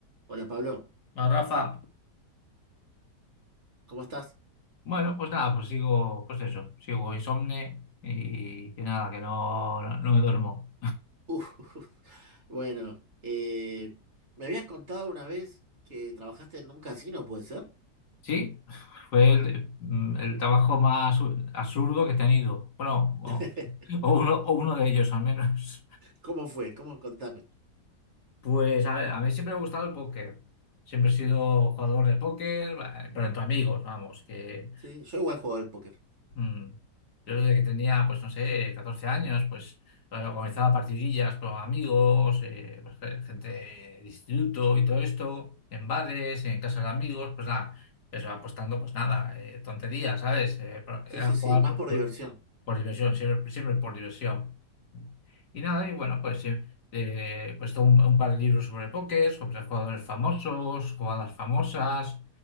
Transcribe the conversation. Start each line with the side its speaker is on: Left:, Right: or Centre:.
Right: Hola Pablo,
Left: Bueno, Rafa,
Right: ¿cómo estás?
Left: bueno, pues nada, pues sigo, pues eso, sigo insomne y que nada, que no, no, no me duermo.
Right: Uf, <laughs> bueno, eh, me habías contado una vez que trabajaste en un casino, ¿puede ser?
Left: Sí, <laughs> fue el, mm, el trabajo más absurdo que he tenido. Bueno, o,
Right: <laughs>
Left: o uno, o uno de ellos al menos. <laughs>
Right: ¿Cómo fue? ¿Cómo? Contame.
Left: Pues a ver, a mí siempre me ha gustado el póker. Siempre he sido jugador de póker, eh, pero entre amigos, vamos, que
Right: Sí, yo igual juego al póker.
Left: Mm. Yo desde que tenía, pues no sé, 14 años, pues eh, organizaba partidillas con amigos, eh, pues, ge- gente de instituto y todo esto, en bares, en casas de amigos, pues nada, eso apostando, pues nada, eh, tonterías, ¿sabes? Eh, pro- era
Right: Sí, sí,
Left: jugar
Right: sí, más
Left: por,
Right: por
Left: por-
Right: diversión.
Left: por diversión, siempre, siempre por diversión. Y nada, y bueno, pues sí, eh, pues tengo un, un par de libros sobre póker, sobre jugadores famosos, jugadas famosas,